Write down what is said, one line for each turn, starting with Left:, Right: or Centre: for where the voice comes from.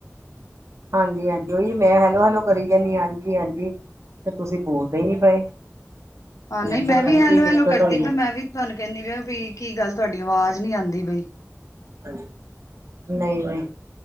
Right: ਹਾਂਜੀ-ਹਾਂਜੀ ਓਹੀ ਮੈਂ ਹੈਲੋ-ਹੈਲੋ ਕਰੀ ਜਾਂਦੀ ਹਾਂਜੀ-ਹਾਂਜੀ ਤੇ ਤੁਸੀਂ ਬੋਲਦੇ ਹੀ ਨੀ ਪਏ।
Left: ਹਾਂ ਨਹੀਂ ਮੈਂ
Right: ਕਿਹਾ ਪਤਾ
Left: ਵੀ
Right: ਨੀ
Left: ਹੈਲੋ-ਹੈਲੋ
Right: ਕੀ ਦਿੱਕਤ
Left: ਕਰਦੀ
Right: ਹੋਈ
Left: ਪ
Right: ਹੈ
Left: ਮੈਂ ਵੀ ਤੁਹਾਨੂੰ ਕਹਿੰਦੀ ਪ ਵੀ ਕੀ ਗੱਲ ਤੁਹਾਡੀ ਆਵਾਜ਼ ਨੀ ਆਉਂਦੀ ਪਈ।
Right: ਹ ਨਹੀਂ-ਨਹੀਂ।